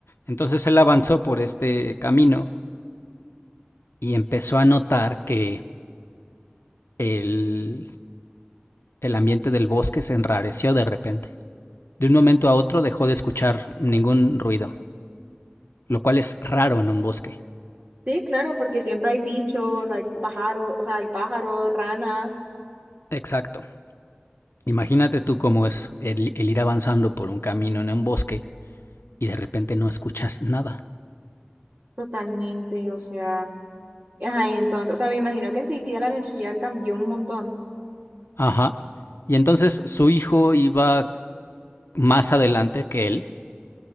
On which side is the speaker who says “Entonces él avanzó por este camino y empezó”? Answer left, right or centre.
Left